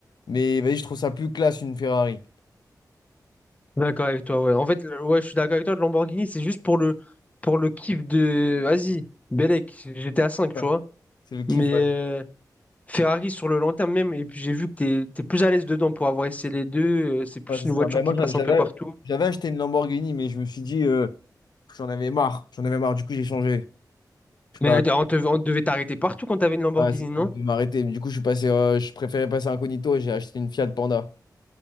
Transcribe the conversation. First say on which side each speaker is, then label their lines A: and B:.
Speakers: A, on the left; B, on the left.
A: Mais vas-y, je trouve ça plus classe une Ferrari.
B: D'accord avec toi, ouais. En fait, le- ouais, je suis d'accord avec toi, le Lamborghini, c'est juste pour le pour le kiff de. Vas-y, Belek, j'étais à 5 tu
A: Enfin,
B: vois.
A: C'est le kiff,
B: Mais
A: ouais.
B: euh, Ferrari sur le long terme même, et puis j'ai vu que t'es, t'es plus à l'aise dedans pour avoir essayé les deux. euh, c'est plus
A: Ouais, c'est
B: une
A: ça.
B: voiture
A: Ben,
B: qui
A: moi,
B: passe
A: j'a- j'avais,
B: un peu partout.
A: j'avais acheté une Lamborghini, mais je me suis dit, euh, j'en avais marre. J'en avais marre, du coup, j'ai changé. Je sais pas,
B: Mais euh, on, te- on devait t'arrêter partout quand t'avais une Lamborghini,
A: ouais, c'est-
B: non?
A: on devait m'arrêter. Mais du coup, je suis passé, euh, je préférais passer incognito et j'ai acheté une Fiat Panda.